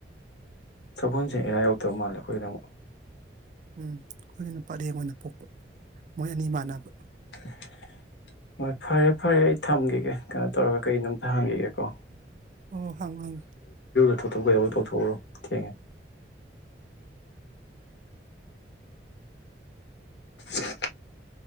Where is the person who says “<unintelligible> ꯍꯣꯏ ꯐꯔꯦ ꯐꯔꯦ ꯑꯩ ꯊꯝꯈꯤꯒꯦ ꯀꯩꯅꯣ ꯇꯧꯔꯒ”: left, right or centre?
Left